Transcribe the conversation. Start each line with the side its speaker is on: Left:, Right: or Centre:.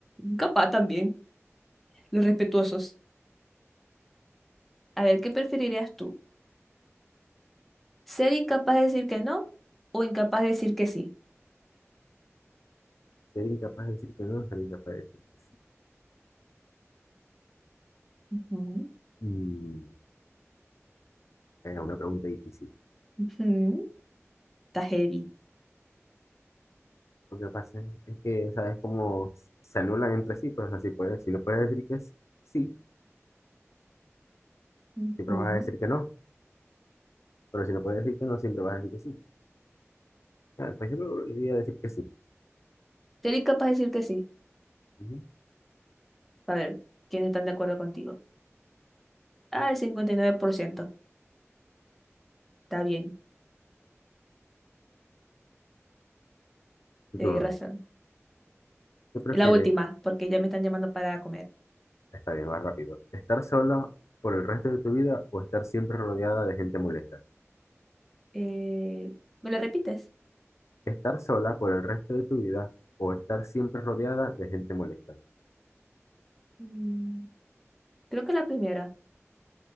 Centre: Capaz también, los respetuosos. A ver, ¿qué preferirías tú? ¿Ser incapaz de decir que no o incapaz de decir que sí?
Left: Ser incapaz de decir que no, ser incapaz de decir que sí.
Centre: Ujú,
Left: Mm, era una pregunta difícil.
Centre: ujú, Está heavy.
Left: Lo que pasa es que, ¿sabes cómo se anulan entre sí? Pues así puedes. Si no puedes decir que es sí,
Centre: Ujú.
Left: siempre vas a decir que no. Pero si no puedes decir que no, siempre vas a decir que sí. Ah, Pues yo creo que debería decir que sí.
Centre: Ser incapaz de decir que sí.
Left: Ujú.
Centre: A ver, ¿quiénes están de acuerdo contigo? Ah, el cincuenta y nueve por ciento Está bien,
Left: Tu
Centre: tenés
Left: turno.
Centre: razón.
Left: ¿Qué prefieres?
Centre: La última, porque ya me están llamando para comer.
Left: Está bien, va rápido. ¿Estar sola por el resto de tu vida o estar siempre rodeada de gente molesta?
Centre: Eh, ¿me la repites?
Left: ¿Estar sola por el resto de tu vida o estar siempre rodeada de gente molesta?
Centre: Mm, creo que la primera.